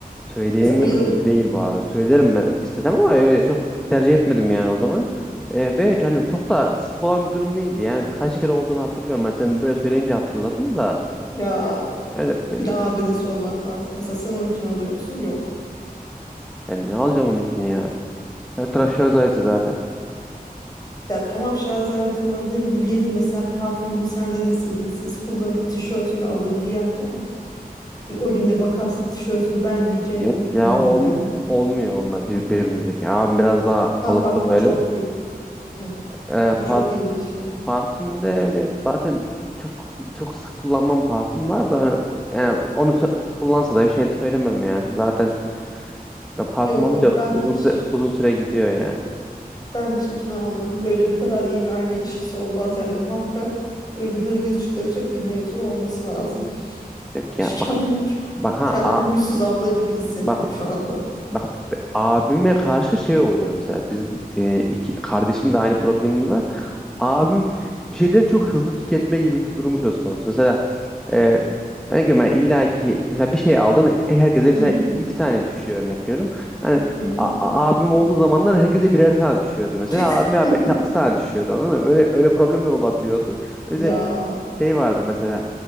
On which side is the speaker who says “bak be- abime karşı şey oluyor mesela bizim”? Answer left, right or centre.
Centre